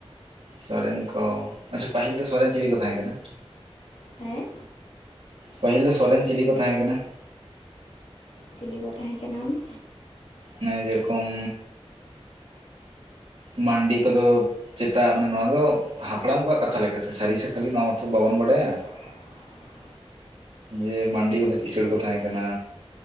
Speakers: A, on the right; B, on the left.
A: ᱥᱚᱨᱮᱱ ᱠᱚ ᱟᱪᱪᱷᱟ ᱯᱟᱹᱦᱤᱞ ᱫᱚ ᱥᱚᱨᱮᱱ ᱪᱤᱞᱤ ᱠᱚ ᱛᱟᱦᱮᱸ ᱠᱟᱱᱟ?
B: ᱦᱮᱸ
A: ᱯᱟᱹᱦᱤᱞ ᱫᱚ ᱥᱚᱨᱮᱱ ᱪᱤᱞᱤ ᱠᱚ ᱛᱟᱦᱮᱸ ᱠᱟᱱᱟ?
B: ᱪᱤᱞᱤ ᱠᱚ ᱛᱟᱦᱮᱸ ᱠᱟᱱᱟ ᱢᱟᱱᱮ?
A: ᱢᱟᱱᱮ ᱡᱮ ᱨᱚᱠᱚᱢ ᱢᱟᱹᱱᱰᱤ ᱠᱚᱫᱚ ᱪᱮᱛᱟᱜ ᱢᱟᱱᱮ ᱱᱚᱣᱟ ᱫᱚ ᱦᱟᱯᱲᱟᱢ ᱠᱚᱣᱟᱜ ᱠᱟᱛᱷᱟ ᱞᱮᱠᱟᱛᱮ ᱥᱟᱹᱨᱤ ᱠᱷᱟᱹᱞᱤ ᱱᱚᱣᱟ ᱢᱟᱛᱚ ᱵᱟᱵᱚᱱ ᱵᱟᱰᱟᱭᱟ
B: <inaudible>
A: ᱡᱮ ᱢᱟᱱᱰᱤ ᱠᱚᱫᱚ ᱠᱤᱥᱟᱹᱲ ᱠᱚ ᱛᱟᱦᱮᱸ ᱠᱟᱱᱟ